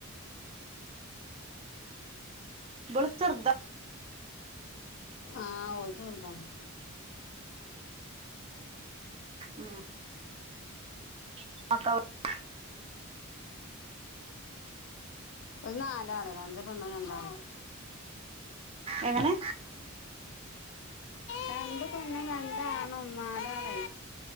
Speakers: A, on the right; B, on the left.
A: ഇബ്ള് ച്ചെർതാ
B: ആഹ് ഓള് ചെർതാണ്
A: ഉം <unintelligible>
B: നാലാള് രണ്ട് പെണ്ണ് രണ്ടാണും
A: എങ്ങനെ?
B: രണ്ട്പെണ്ണും രണ്ടാണും നാലാള്